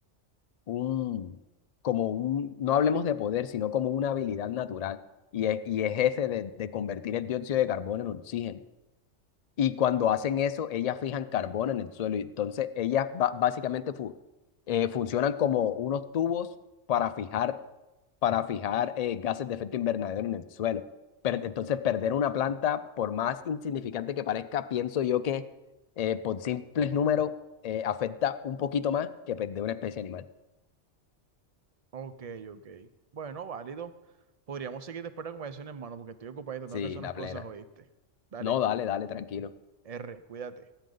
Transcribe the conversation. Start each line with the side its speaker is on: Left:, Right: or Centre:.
Left: un, como un, no hablemos de poder, sino como una habilidad natural. Y es, y es ese de, de convertir el dióxido de carbono en oxígeno. Y cuando hacen eso, ellas fijan carbono en el suelo. Y entonces ellas ba- básicamente fu- eh, funcionan como unos tubos para fijar, para fijar eh, gases de efecto invernadero en el suelo. Per- entonces perder una planta, por más insignificante que parezca, pienso yo que eh, por simples números eh, afecta un poquito más que perder una especie animal.
Right: Ok, ok. Bueno, válido. Podríamos seguir después de la conversación, hermano, porque estoy ocupado y tengo
Left: Sí,
Right: que hacer unas
Left: la
Right: cosas,
Left: plena.
Right: ¿oíste? Dale,
Left: No, dale, dale, tranquilo.
Right: R, cuídate.